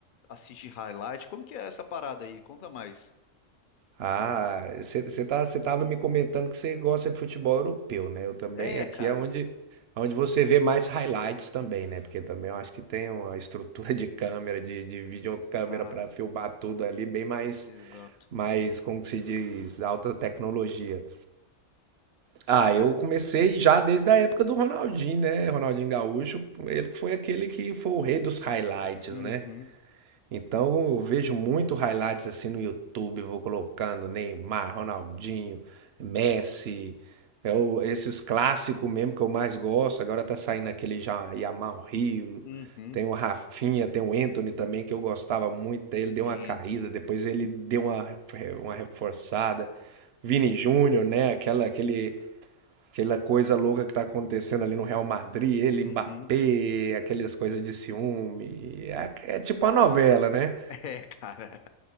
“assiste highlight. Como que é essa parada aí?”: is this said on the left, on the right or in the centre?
Left